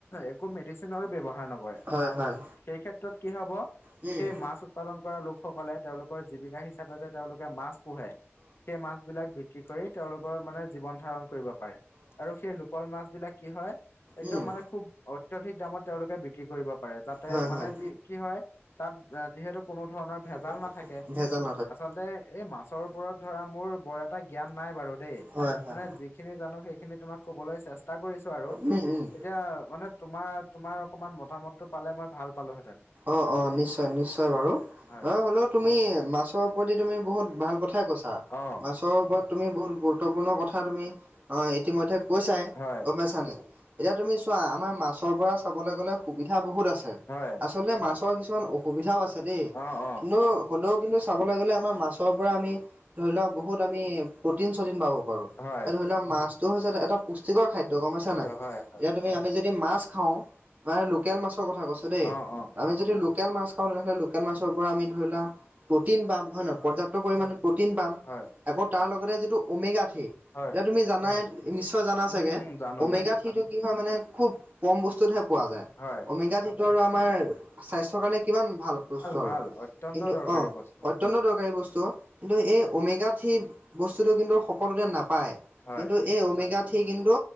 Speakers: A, on the left; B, on the right.
A: একো মেডিচনৰো ব্যৱহাৰ নকৰে,
B: হয় হয়।
A: সেই ক্ষেত্ৰত কি হব
B: অ', অ'।
A: সেই মাছ উৎপাদন কৰা লোকসকলে তেওঁলোক জীৱিকা হিচাপে যে তেওঁলোকে মাছ পোহে, সেই মাছ বিলাক বিক্ৰী কৰি তেওঁলোকৰ মানে জীৱন ধাৰণ কৰিব। পাৰে আৰু সেই লোকল মাছ বিলাক কি হয় একদম
B: উম।
A: মানে খুব অত্যধিক দামত তেওঁলোকে বিক্ৰী কৰিব পাৰে। পাৰে যাতে
B: হয়,
A: মানে
B: হয়।
A: যি কি হয় তাত যিহেতু কোনো ধৰণৰ ভেজাল
B: <unintelligible>
A: নাথাকে
B: ভেজান
A: আচলতে এই মাছৰ ওপৰত ধৰা মোৰ বৰ এটা জ্ঞান নাই বাৰু দেই।
B: হয়, হয়।
A: মানে যিখিনি জানো সেইখিনি তোমাক কবলৈ চেষ্টা কৰিছো আৰু।
B: উম, উম।
A: এতিয়া মানে তোমাৰ তোমাৰ অকমান মতামতটো পালে মই ভাল পালোহেঁতেন।
B: অ অ নিশ্চয় নিশ্চয় বাৰু।
A: হয়
B: অ শুনৌ তুমি মাছৰ ওপৰতদি তুমি বহুত ভাল কথাই কৈছা
A: অ
B: মাছৰ ওপৰত। তুমি বহুত গুৰুত্বপূৰ্ণ কথা তুমি অ ইতিমধ্যে কৈছাই
A: হয়
B: গম পাইছা নাই। এতিয়া তুমি চোৱা আমাৰ মাছৰ পৰা চাবলৈ গ'লে। সুবিধা বহুত আছে,
A: হয়
B: আচলতে মাছৰ কিছুমান অসুবিধাও আছে দেই।
A: অ অ
B: কিন্তু হলেও কিন্তু চাবলৈ গ'লে আমাৰ মাছৰ পৰা আমি ধৰি লোৱা বহুত আমি প্ৰটিন চটিন পাব পাৰো
A: হয়
B: ধৰি লওক মাছতটো হৈছে এটা পুষ্টিকৰ খাদ্য গম পাইছা নাই,
A: হয় হয়
B: এতিয়া তুমি আমি যদি মাছ খাওঁ। প্ৰায় লোকেল মাছৰ কথা কৈছো দেই
A: অ অ
B: আমি যদি লোকেল মাছ খাওঁ তেনেহলে লো- লোকেল মাছৰ পৰা আমি ধৰিলোৱা প্ৰটিন পাম হয় নহয় পৰ্যাপ্ত পৰিমণে প্ৰটিন পাম।
A: হয়
B: আকৌ তাৰ লগতে যিটো অমেগাঠি এতিয়া
A: হয়
B: তুমি জানাই নিশ্চয় জানা
A: উম
B: চাগে।
A: উম জানো
B: অমেগাথিটো
A: জানো
B: কি হয় মানে খুব কম বস্তুতহে পোৱা যায়।
A: হয়।
B: অমিগাঠীটো আৰু আমাৰ স্বাস্থ্যৰ কাৰণে কিমান ভাল। বস্তু আৰু
A: ভাল অত্যন্ত
B: কিন্তু
A: দৰকাৰী
B: অ
A: বস্তু
B: অত্যন্ত দৰকাৰী বস্তু কিন্তু এই উমেগাতথি বস্তুটো কিন্তু সকলোতে নাপায়।
A: হয়
B: কিন্তু এই অমেগাথি কিন্তু